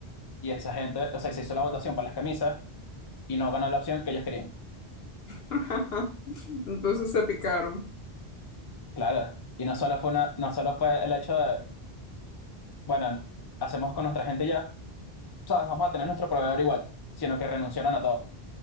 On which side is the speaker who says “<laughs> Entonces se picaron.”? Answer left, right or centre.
Left